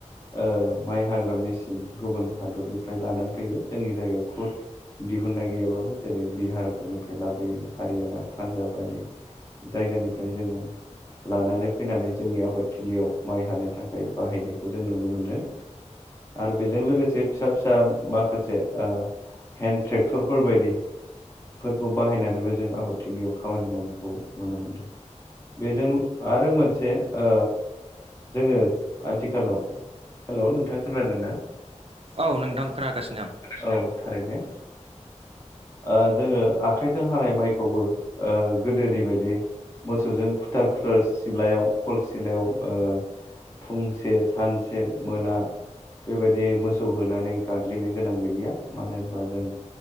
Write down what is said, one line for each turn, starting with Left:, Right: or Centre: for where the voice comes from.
Left: ओ माइ हाग्रा मेचिन गुबुन हादरनिफ्राय लानानै फैयो जोंनि जायगायाव खुद दिहुननाय गैयाबाबो जेरै बिहारफोरनिफ्राय लाबोयो हारियाना, पान्जाब बायदि जायगानिफ्राय जोङो लानानै फैनानै जोंनि आबादथिलियाव माइ हानो थाखाय बाहायनायखौ जों नुनो मोनदों आरो बेजों लोगोसे फिसा फिसा माखासे ओ हेन्ड ट्रेक्टरफोरबायदि फोरखौ बाहायनानैबो जों आबाद थिलियाव खामानि मावनायखौ नुनो मोनदों बेजों आरो मोनसे ओ जोङो आथिखालाव हेलौ नोंथाङा खोनादों ना?
Right: औ नोंथां खोनागासिनो आं।
Left: औ थारैनो ओ जोङो आखाइजों हानाय माइखौबो ओ गोदोनि बायदि मोसौजों खुथार खुथार सिलायाव खल सिलायाव ओ फुंसे सानसे मोना बेबायदि मोसौ होनानै गाग्लिनो गोनां गैलिया मानो होनबा जों